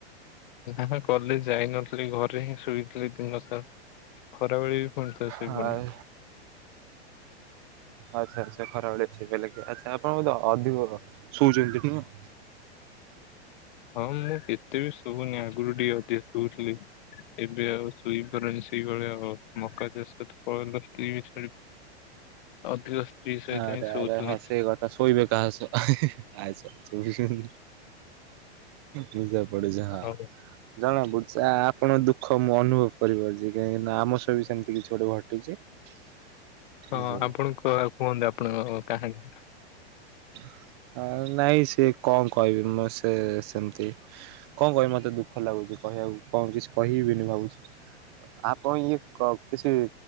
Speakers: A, on the left; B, on the right.
A: ନା କଲେଜ ଯାଇନଥିଲି ଘରେ ହିଁ ଶୋଇଥିଲି ଦିନ ସାର ଖରାବେଳେ ଫୁଣି ଥରେ ଶୋଇପଡ଼ିଲି।
B: ହଁ ଆଛା ଆଛା ଖରାବେଳା ଅଛି ବେଲି କି ଆଛା ଆପଣ ବୋଧେ ଅଧିକ ଶଉଛନ୍ତି ନା। <inaudible>
A: ହଁ ମୁଁ କେତେ ବି ଶୋଉନି ଆଗରୁ ଟିକେ ଅଧିକ ଶୋଉଥିଲି। ଏବେ ଆଉ ଶୋଇପାରୁନି ସେଇଭଳିଆ ଆଉ ମକା ସେ ତ ପଳେଇଲା ସ୍ତ୍ରୀ ବି ଛାଡି ଅଧିକ ସ୍ତ୍ରୀ ସହିତ
B: ଆରେ
A: ହିଁ ଶୋଉଥିଲି
B: ଆରେ ହ ସେଇ କଥା ଶୋଇବେ କାହା ସହ ହିହିହି ବୁଝିଲି। ବୁଝା ପଡୁଛି ହଁ
A: ଆଉ
B: ଜଣା ପୁଡୁଛି ଆପଣ ଦୁଃଖ ମୁଁ ଅନୁଭବ କରିପାରୁଛି କାହିଁକି ନା ଆମ ସହ ବି ସେମିତି କିଛି ଗୋଟେ ଘଟିଛି। <inaudible>
A: ହଁ
B: ବୁଝିଲେ
A: ଆପଣଙ୍କ ଆଉ କୁହନ୍ତୁ ଆପଣଙ୍କ କାହାଣୀ।
B: ହ। ହଁ ନାଇଁ ସିଏ କଣ କହିବି ମୁଁ ସେ ସେମିତି କଣ କହିବି ମତେ ଦୁଃଖ ଲାଗୁଛି। କହିବାକୁ କଣ କିଛି କହିବିନି ଭାବୁଛି। ଆପଣ ଇଏ କିଛି